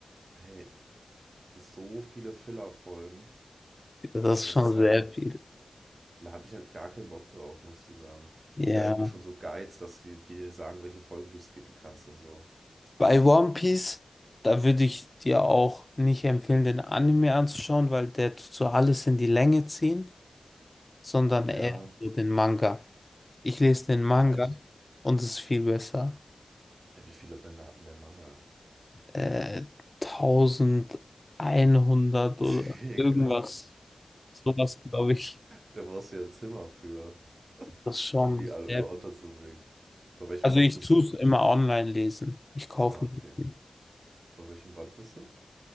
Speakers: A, on the right; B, on the left.
A: hey, so viele Filler-Folgen.
B: Das
A: Das
B: ist schon
A: ist halt,
B: sehr viel.
A: da habe ich halt gar keinen Bock drauf, muss ich dir sagen. Es
B: Ja.
A: gibt ja irgendwie schon so Guides, dass die dir sagen, welche Folgen du skippen kannst und so.
B: Bei One Piece, da würde ich dir auch nicht empfehlen, den Anime anzuschauen, weil der tut so alles in die Länge ziehen, sondern
A: Ja.
B: eher so den Manga. Ich lese den Manga
A: Ach echt?
B: und es ist viel besser.
A: Ey, wie viele Bände hat denn der Manga?
B: äh, 1100 oder
A: <laughs> Digga.
B: irgendwas. Sowas glaube ich.
A: Da brauchst du ja ein Zimmer für,
B: Das ist schon
A: um die alle über
B: sehr.
A: unterzubringen. Bei welchem
B: Also
A: Band
B: ich
A: bist
B: tue
A: du?
B: es immer online lesen. Ich kaufe
A: Ah, okay.
B: mir das nicht.
A: Bei welchem Band bist du?